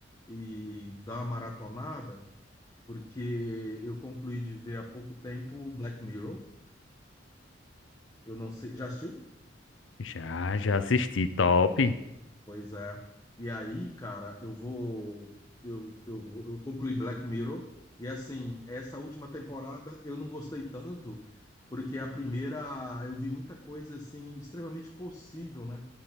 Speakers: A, on the left (about 20°); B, on the left (about 85°).
A: E dar uma maratonada, porque eu concluí de ver há pouco tempo Black Mirror. Eu não sei, já assistiu?
B: Já, já assisti, top.
A: Pois é. E aí, cara, eu vou. Eu, eu, vou- eu concluí Black Mirror. E assim, essa última temporada eu não gostei tanto, porque a primeira eu vi muita coisa assim, extremamente possível, né?